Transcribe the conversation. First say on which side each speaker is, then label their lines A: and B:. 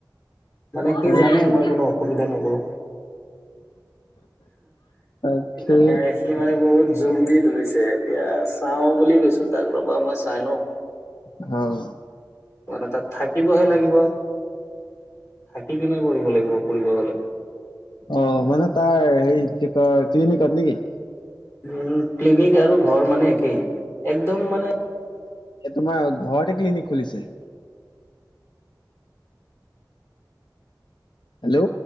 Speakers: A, on the left; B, on the left.
A: মানে সি
B: তাকে
A: জানে মই কোনো অসুবিধা নকৰোঁ।
B: তাকে
A: মানে সি মানে বহুত জোৰ দি ধৰিছে এতিয়া চাওঁ বুলি কৈছোঁ তাক ৰবা মই চাই লওঁ।
B: ভাল
A: মানে তাত থাকিবহে লাগিব থাকি কিনে কৰিব লাগিব কৰিব গ'লে
B: অ' মানে তাৰ সেই ক্লিনিকত নে কি?
A: উ, ক্লিনিক আৰু ঘৰ মানে একেই, একদম মানে
B: এ, তোমাৰ ঘৰতে ক্লিনিক খুলিছে। হেলো।